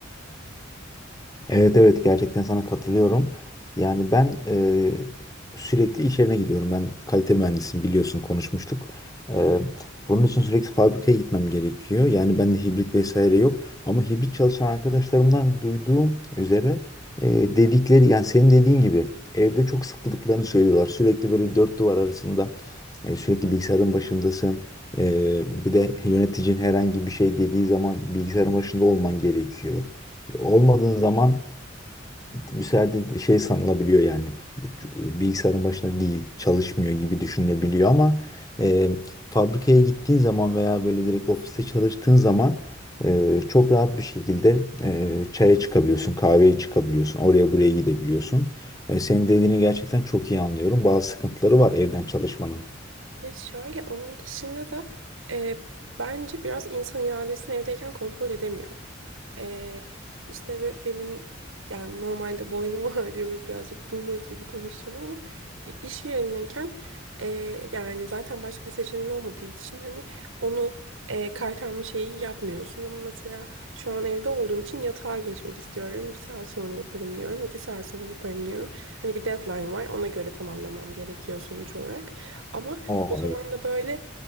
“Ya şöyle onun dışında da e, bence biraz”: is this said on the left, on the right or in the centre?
Right